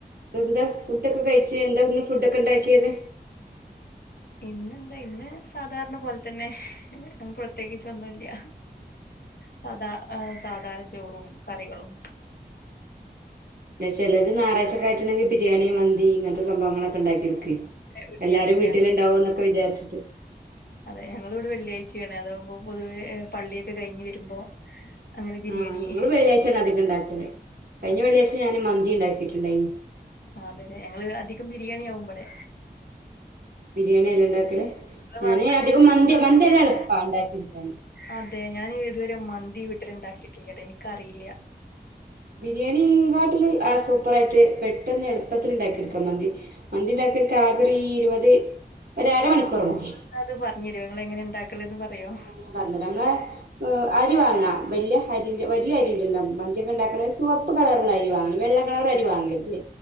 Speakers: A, on the right; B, on the left.
A: എന്താ ഫുഡ് ഒക്കെ കഴിച്ചു എന്താ ഇന്ന് ഫുഡ്ക്കെ ഉണ്ടാക്കിയത്
B: ഇന്നെന്താ ഇന്ന് സാധാരണ പോലെ തന്നെ പ്രത്യേകിച്ച് ഒന്നുല്ല സദാ സാധാരണ ചോറും കറികളും
A: ചിലര് ഞറാഴ്ച്ച ആയിട്ടുണ്ടെങ്കിൽ ബിരിയാണി മന്തി ഇങ്ങനെത്തെ സംഭവങ്ങളൊക്കെ ഉണ്ടാക്കി എടുക്കും.
B: വെള്ളിയാഴ്ച
A: എല്ലാരും വീട്ടിലുണ്ടാവും
B: ഞങ്ങള്
A: എന്നൊക്കെ വിചാരിച്ചിട്ട്
B: അതെ ഞങ്ങൾ ഇവിടെ വെള്ളിയാഴ്ചയാണ് അതാവുമ്പോ പൊതുവേ പള്ളിയൊക്കെ കഴിഞ്ഞ് വരുമ്പോ അങ്ങനെ ബിരിയാണി
A: ആഹ് ഞങ്ങള് വെള്ളിയാഴ്ചാണ് അതികണ്ടാക്കല് കഴിഞ്ഞ
B: ആ
A: വെള്ളിയാഴ്ച ഞാന് മന്തി ഉണ്ടാക്കിയിട്ടുണ്ടായിന്
B: ആഹ് അതെ ല്ലെ ഞങ്ങള് അധികം ബിരിയാണി ആവുമ്പടെ
A: ബിരിയാണിയാലെ ഇണ്ടാകൽ
B: നിങ്ങളെ
A: ഞാന്
B: ഭാഗത്ത്
A: അധികം മന്തി മന്തി നല്ല എളുപ്പാ ഉണ്ടാക്കി എടുക്കാന്.
B: അതെ ഞാൻ ഇതുവരെ മന്തി വീട്ടിൽ ഉണ്ടാക്കിയിട്ടില്ലേ കേട്ടോ എനിക്കറിയില്ല
A: ബിരിയാണി കാട്ടിൽ സൂപ്പറായിട്ട് പെട്ടെന്ന് എളുപ്പത്തിൽ ഉണ്ടാക്കി എടുക്കാൻ മന്തി മന്തി ഉണ്ടാക്കാൻ ഇൻക്ക് ആകോരു ഇരുപത് ഒരരമണിക്കൂർ മതി
B: ന്നാ അത് പറഞ്ഞ തരൊ ങ്ങെളെ ങ്ങനെ ഉണ്ടാക്കല് ന്ന് പറഞ്ഞു പറയോ
A: ആഹ് ഞാൻ പറഞ്ഞരാ നമ്മെള് അരി വാങ്ങ വലിയ അരി വലിയ അരി ഉണ്ടല്ലോ മന്തിയൊക്കെ ഉണ്ടാക്കണ ചുവപ്പ് കളറുള്ള അരി വാങ്ങണം വെള്ള കളർ അരി വാങ്ങരുത്